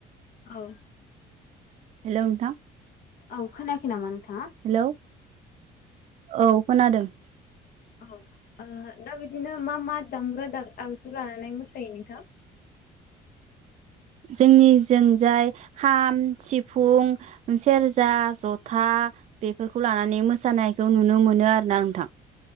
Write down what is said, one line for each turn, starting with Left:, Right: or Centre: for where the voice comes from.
Left: औ
Right: हेलौ नोंथां
Left: औ खोनायाखै नामा नोंथांङा
Right: हेलौ औ खोनादों
Left: औ दा बिदिनो मा मा दामग्रा आगजु लानानै मोसायो नोंथां
Right: जोंनि जोंजाय खाम सिफुं सेरजा जथा बेफोरखौ लानानै मोसानायखौ नुनो मोनो आरोना नोंथां